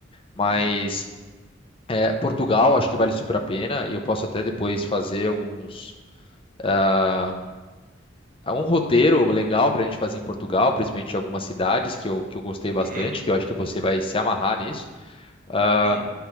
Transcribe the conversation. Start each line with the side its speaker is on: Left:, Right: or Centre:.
Left: Mas
Right: uhum,
Left: eh, Portugal, acho que vale super a pena e eu posso até depois fazer alguns. ah, há Um roteiro legal para a gente fazer em Portugal, principalmente em algumas cidades que eu, que eu gostei bastante,
Right: uhum,
Left: que eu acho que você vai se amarrar nisso. Ah,
Right: uhum. O